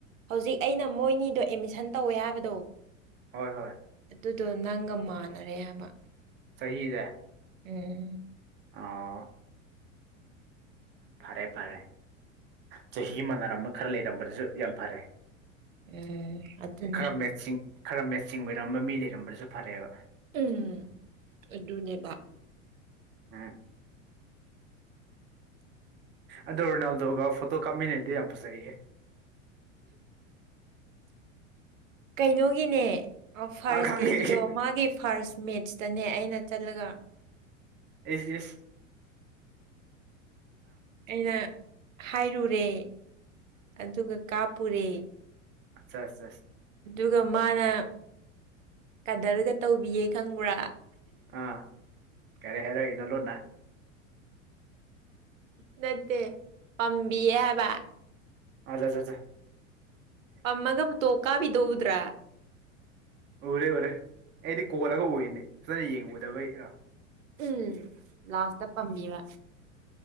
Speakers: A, on the right (about 75°); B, on the right (about 30°).
A: ꯍꯧꯖꯤꯛ ꯑꯩꯅ ꯃꯣꯏꯅꯤꯗꯣ ꯑꯦꯠꯃꯤꯁꯟ ꯇꯧꯋꯦ ꯍꯥꯏꯕꯗꯣ
B: ꯍꯣꯏ ꯍꯣꯏ
A: ꯑꯗꯨꯗꯣ ꯅꯪꯒ ꯃꯥꯟꯅꯔꯦ ꯍꯥꯏꯕ
B: ꯁꯍꯤꯗ
A: ꯎꯝ
B: ꯑ ꯐꯔꯦ ꯐꯔꯦ ꯆꯍꯤ ꯑꯃ ꯅꯥꯔꯝꯕ ꯈꯔ ꯂꯩꯔꯝꯕꯗꯨꯁꯨ ꯌꯥꯝ ꯐꯔꯦ
A: ꯎꯝ ꯑꯗꯨꯗꯅꯦꯦ
B: ꯈꯔ ꯃꯦꯠꯁꯤꯡ ꯈꯔ ꯃꯦꯆꯤꯡ ꯑꯣꯏꯔꯝꯕ ꯃꯤ ꯂꯩꯔꯝꯕꯁꯨ ꯐꯔꯦꯕ
A: ꯎꯝ ꯑꯗꯨꯅꯦꯕ
B: ꯎꯝ
A: <unintelligible>
B: ꯑꯗꯣ ꯔꯣꯅꯥꯜꯗꯣꯒ ꯐꯣꯇꯣ ꯀꯥꯞꯃꯤꯟꯅꯩꯗꯤ ꯌꯥꯝ ꯐꯖꯩꯌꯦꯦ
A: <unintelligible> ꯀꯩꯅꯣꯒꯤꯅꯦ ꯐꯥꯔꯁ
B: ꯑꯥ ꯈꯪꯉꯦ
A: ꯗꯦꯒꯤꯗꯣ ꯃꯥꯒꯤ ꯐꯥꯔꯁ ꯃꯦꯠꯁꯇꯅꯦ ꯑꯩꯅ ꯆꯠꯂꯒ
B: ꯑꯩ
A: ꯑꯩꯅ ꯍꯥꯏꯔꯨꯔꯦ ꯑꯗꯨꯒ ꯀꯥꯞꯄꯨꯔꯦ
B: ꯑꯆꯥ
A: ꯑꯗꯨꯒ ꯃꯥꯅ ꯀꯗꯔꯒ ꯇꯧꯕꯤꯌꯦ ꯈꯪꯕ꯭ꯔꯥ
B: ꯑ ꯀꯔꯤ ꯍꯥꯏꯔꯛꯏꯅꯣ ꯂꯣꯟꯅ
A: ꯅꯠꯇꯦ ꯄꯝꯕꯤꯌꯦ ꯍꯥꯏꯕ
B: ꯑꯖ ꯖ ꯖ
A: ꯄꯝꯃꯒ ꯑꯣꯇꯣ ꯀꯥꯞꯄꯤꯗꯣꯎꯗ꯭ꯔ
B: ꯎꯔꯦ ꯎꯔꯦ ꯑꯩꯗꯤ ꯀꯣꯜꯂꯒ ꯎꯏꯅꯦ ꯐꯖꯅ ꯌꯦꯡꯉꯨꯗꯕꯩꯥ
A: ꯎꯝ ꯂꯥꯁꯇ ꯄꯝꯃꯤꯕ